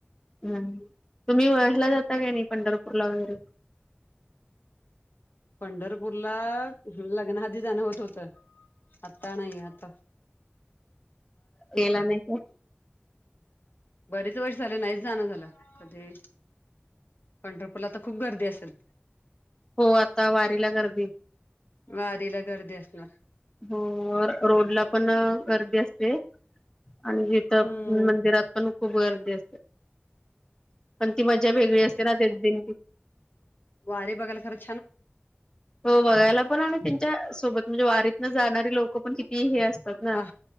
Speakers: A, on the left; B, on the left.
A: हम् तुम्ही वळला जाता काय नाही पंढरपूरला वगैरे
B: पंढरपूरला लग्नाआधी जाणं होत होतं आतणयत
A: तेला नाही का
B: बरेच वर्ष झाले नाहीच जाणं झालं कधी पंढरपूरला तर खूप गर्दी असेल
A: हो आता वारीला गर्दी
B: वारीला गर्दी असणार.
A: हो रोड ला पण गर्दी असते आणि जिथ
B: हम्म
A: मंदिरात पण खूप गर्दी असते पण ती मजा वेगळी असते ना ते दिन
B: वारे बघाल खरच
A: हो बघायला पण आणि त्यांच्या सोबत म्हणजे वारीतन जाणारी लोक पण किती हे असतात ना
B: अ